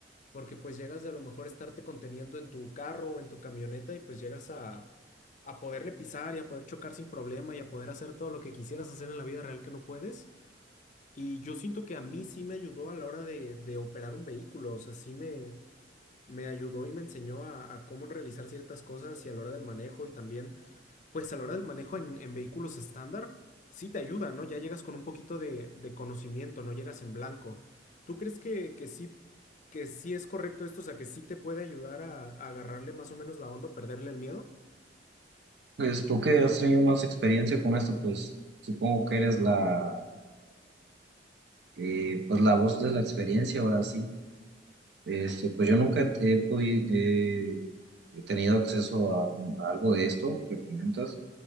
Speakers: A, on the left (about 40°); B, on the right (about 65°).
A: porque pues llegas de a lo mejor estarte conteniendo en tu carro o en tu camioneta y pues llegas a, a poderle pisar y a poder chocar sin problema y a poder hacer todo lo que quisieras hacer en la vida real que no puedes. Y yo siento que a mí sí me ayudó a la hora de, de operar un vehículo, o sea, sí me, me ayudó y me enseñó a, a cómo realizar ciertas cosas y a la hora del manejo y también, pues a la hora del manejo en, en vehículos estándar, sí te ayuda, ¿no? Ya llegas con un poquito de, de conocimiento, no llegas en blanco. ¿Tú crees que, que sí, que sí es correcto esto? O sea, que sí te puede ayudar a, a agarrarle más o menos la onda, o perderle el miedo.
B: Pues tú que has tenido más experiencia con esto, pues supongo que eres la, eh, pues, la voz de la experiencia ahora sí. Este, pues yo nunca he, podido eh, he tenido acceso a, a algo de esto que comentas